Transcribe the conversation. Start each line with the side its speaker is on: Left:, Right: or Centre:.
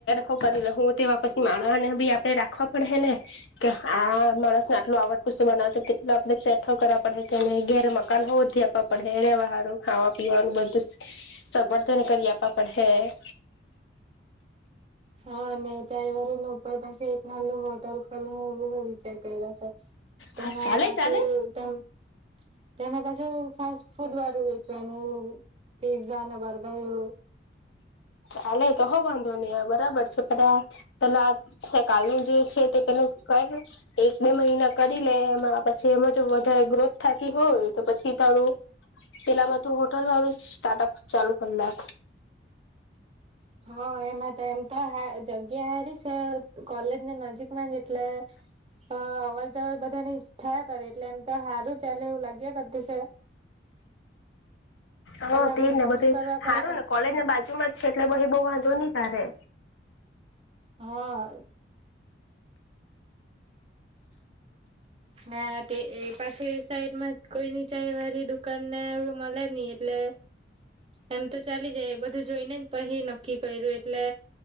Left: ખો કરી લ હું તેવા પછી માણહ ને ભી આપડે રાખવા પણ હે ને કે આ માણસ આટલું આવડતું શું બનાવ તેટલું આપણે સેઠ કરવા પડહે મકાન હોધી આપવા પડે હે રવાહારું ખાવા પીવાનું બધું સવર્ધન કરી આપવા પડેહે તે.
Right: હા અને ચાય વારુ ને ઉપર પાસે એક નાલું હોટલ ખોલહુ એવું હોય શે તેમાં
Left: હા ચાલે
Right: પાછું
Left: ચાલે
Right: તેમ તેમાં પાછુ ફાસ્ટ ફૂડ વારુ જનું પીઝ્ઝા અને બર્ગર
Left: ચાલે તો હોઉ વાંધો નહી બરાબર છે પણ પેલા આ કાલ નુ જે છે તે પેલ એક બે મહિના કરી લે એમાં પછી એમાં જો વધારે ગ્રોથ થતી હોય તો પછી સી તારું પેલા બધું હોટલ વાળું સ્ટાર્ટઅપ ચાલુ કર લાખ.
Right: હ એમાં તો એમ તો હા જગ્યા હારી સે કલેજ ની નજીક એટલે અવર જવર બધાની થયા કરે એટલે એમ તો સારું જ ચલેવું લાગ્યા કરતી છે.
Left: હ
Right: પેલા
Left: તેજ ને
Right: નક્કી
Left: બધું
Right: કરવા
Left: સારું
Right: પડે કે
Left: ને કોલેજ બાજુ માં જ છે, એટલે ભાઈ બહુ વાં ધો ની તારે.
Right: હા. હા તે એ પાસે સાઈડ માં જ કોઈ નીચાઈ વાળી દુકાન ને એવું મળે ની એટલે. એમ તો ચાલી જાય એ બધું જોઈને પછી નક્કી કર્યું એટલે.